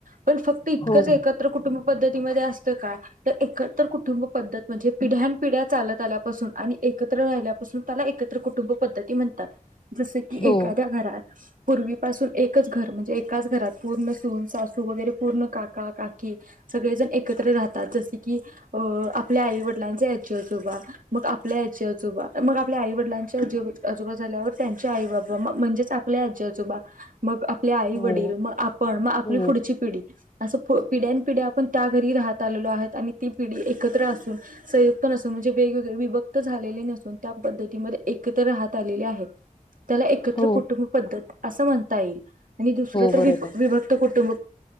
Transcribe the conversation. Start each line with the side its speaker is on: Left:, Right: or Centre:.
Right: पण फक्त इतकंच
Left: हो
Right: एकत्र कुटुंब पद्धतीमध्ये अस का एकत कुटुंब पद्धत म्हणजे पिढ्यान पिढ्या चालत आल्यापासून आणि एकत्र राहिल्यापासून त्याला एकत्र कुटुंब पद्धती म्हणतात जस की
Left: हो
Right: एखाद्या घरात पूर्वीपासून एकच घर म्हणजे एकाच घरात पूर्ण सून सासू वगैरे पूर्ण काका काकी सगळेजण एकत्र राहतात जसे की अ आपल्या आईव डलांचे आजी आजोबा मग आपल्या आजी आजोबा मग आपल्या आई वडिलांच्या आजी आजोबा झाल्यावर त्यांचे आई बाबा म्हणजेच आपल्या आजी आजोबा मग आपले आई
Left: हो
Right: वडील मग आपण मग आपली
Left: हो
Right: पुढची पिढी असं पिढ्यान पिढ्या आपण त्या घरी राहत आलेलो आहे आणि ती पिढी एकत्र असून संयुक्त नसून म्हणजे वेगवेगळे विभक्त झालेले नसून त्या पद्धतीमध्ये एकत्र राहत आलेले आहे त्याला एकत्र
Left: हो
Right: कुटुंब पद्धत असं म्हणता येईल आणि दुसरं
Left: हो
Right: तर
Left: बरोबर
Right: वि विभक्त कुटुंब